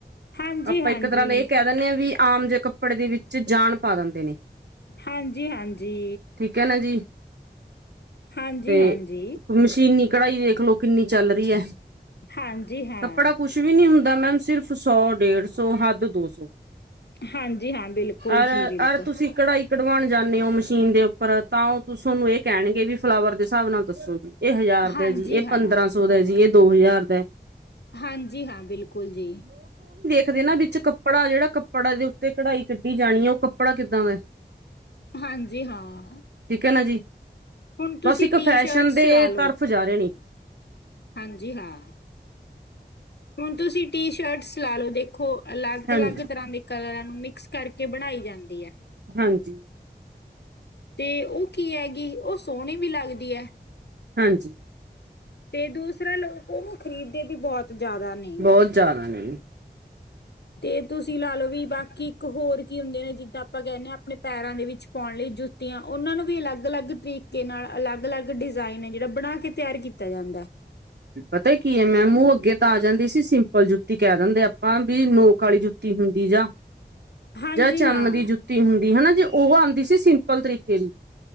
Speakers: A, on the left (about 70°); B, on the right (about 75°).
A: ਹਾਂਜੀ-ਹਾਂਜੀ
B: ਆਪਾਂ ਇੱਕ ਤਰ੍ਹਾਂ ਦਾ ਇਹ ਕਹਿ ਦਿੰਨੇ ਆ ਵੀ ਆਮ ਜਿਹੇ ਕੱਪੜੇ ਦੇ ਵਿੱਚ ਜਾਨ ਪਾ ਦਿੰਦੇ ਨੇ।
A: ਹਾਂਜੀ-ਹਾਂਜੀ।
B: ਠੀਕ ਹੈ ਨਾ ਜੀ
A: ਹਾਂਜੀ-ਹਾਂਜੀ,
B: ਤੇ
A: ਹਾਂਜੀ ਹਾਂਜੀ
B: ਮਸ਼ੀਨੀ ਕਢਾਈ ਦੇਖਲੋ, ਕਿੰਨੀ ਚੱਲ ਰਹੀ ਐ।
A: ਹਾਂਜੀ ਹਾਂ।
B: ਕੱਪੜਾ ਕੁਛ ਵੀ ਨੀ ਹੁੰਦਾ ਮੈਮ, ਸਿਰਫ ਸੌ ਡੇਢ ਸੌ ਹੱਦ ਦੋ ਸੌ।
A: ਹਾਂਜੀ ਹਾਂ, ਬਿਲਕੁਲ
B: ਅਰ-ਅਰ
A: ਜੀ ਬਿਲਕੁਲ,
B: ਤੁਸੀਂ ਕਢਾਈ ਕਢਵਾਉਣ ਜਾਂਨੇ ਔ, ਮਸ਼ੀਨ ਦੇ ਉੱਪਰ ਤਾਂ ਉਹ ਤੁਸੀਂ ਉਹਨੂੰ ਇਹ ਕਹਿਣਗੇ ਵੀ ਫਲਾਵਰ ਦੇ ਹਿਸਾਬ ਨਾਲ ਦੱਸੋ ਜੀ। ਇਹ ਹਜ਼ਾਰ
A: ਹਾਂਜੀ
B: ਦਾ ਜੀ, ਇਹ
A: ਹਾਂ।
B: ਪੰਦਰਾਂ ਸੌ ਦਾ ਜੀ, ਇਹ ਦੋ ਹਜ਼ਾਰ ਦਾ।
A: ਹਾਂਜੀ, ਹਾਂ ਬਿਲਕੁਲ ਜੀ।
B: ਦੇ ਨਾ ਵਿੱਚ ਕੱਪੜਾ ਜਿਹੜਾ ਕੱਪੜਾ ਦੇ ਉੱਤੇ ਕਢਾਈ ਕੱਢੀ ਜਾਣੀ ਹੈ, ਉਹ ਕੱਪੜਾ ਕਿੱਦਾਂ ਦਾ ਐ?
A: ਹਾਂਜੀ, ਹਾਂ।
B: ਠੀਕ ਐ ਨਾ ਜੀ,
A: ਹੁਣ ਤੁਸੀਂ
B: ਬਸ ਇੱਕ
A: ਟੀ
B: ਫੈਸ਼ਨ
A: ਸ਼ਰਟਸ
B: ਦੇ
A: ਲਾ ਲਓ,
B: ਤਰਫ਼ ਜਾ ਰਹੇ ਨੇ।
A: ਹਾਂਜੀ, ਹਾਂ। ਹੁਣ ਤੁਸੀਂ ਟੀ ਸ਼ਰਟਸ ਲਾ ਲਓ, ਦੇਖੋ ਅਲੱਗ-ਅਲੱਗ
B: ਹਾਂਜੀ
A: ਤਰ੍ਹਾਂ ਦੇ ਕਲਰ। ਨੂੰ ਮਿਕਸ ਕਰਕੇ ਬਣਾਈ ਜਾਂਦੀ ਐ।
B: ਹਾਂਜੀ।
A: ਤੇ ਉਹ ਕੀ ਐ ਗੀ? ਉਹ ਸੋਹਣੀ ਵੀ ਲੱਗਦੀ ਐ।
B: ਹਾਂਜੀ।
A: ਤੇ ਦੂਸਰੇ ਲੋਕ ਉਹਨੂੰ ਖ਼ਰੀਦ ਦੇ ਵੀ ਬਹੁਤ ਜ਼ਿਆਦਾ ਨੇ
B: ਬਹੁਤ
A: ਗੇ।
B: ਜ਼ਿਆਦਾ ਨੇ <unintelligible>
A: ਤੇ ਤੁਸੀਂ ਲਾ ਲੋ ਵੀ ਬਾਕੀ ਇੱਕ ਹੋਰ ਕੀ ਹੁੰਦੇ ਨੇ? ਜਿੱਦਾਂ ਕਹਿੰਦੇ ਹਾਂ, ਆਪਣੇ ਪੈਰਾਂ ਦੇ ਵਿੱਚ ਪਾਣ ਲਈ ਜੁ ਕੁਤੀਆਂ ਉਹਨਾਂ ਨੂੰ ਵੀ ਅਲੱਗ-ਅਲੱਗ ਤਰੀਕੇ ਨਾਲ ਅਲਗ-ਅਲਗ ਡਿਜ਼ਾਇਨ ਐ, ਜਿਹੜਾ ਬਣਾ ਕੇ ਤਿਆਰ ਕੀਤਾ ਜਾਂਦਾ।
B: ਪਤਾ ਕੀ ਹੈ, ਮੈ ਮੂੰਹ ਅੱਗੇ ਤਾਂ ਆ ਜਾਂਦੀ ਸੀ ਸਿੰਪਲ ਜੁੱਤੀ ਕਹਿ ਦਿੰਦੇ ਆਪਾਂ ਵੀ ਨੋਕ ਆਲੀ, ਜੁੱਤੀ ਹੁੰਦੀ ਜਾ।
A: ਹਾਂਜੀ
B: ਜਾਂ ਚਮ
A: ਹਾਂ,
B: ਦੀ ਜੁੱਤੀ ਹੁੰਦੀ ਹਨਾ। ਜੇ ਉਹ ਆਉਂਦੀ ਸੀ ਸਿੰਪਲ ਤਰੀਕੇ ਦੀ।